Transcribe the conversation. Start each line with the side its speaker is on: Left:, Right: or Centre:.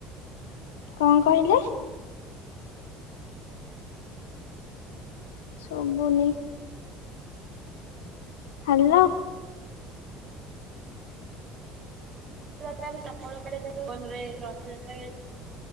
Left: କଣ କହିଲେ? ଶୁବୁନି। ହାଲୋ।
Right: ରଥଯାତ୍ରା ବି ସପଙ୍କ କେ ମନରେ ରଥଯାତ୍ରା <unintelligible>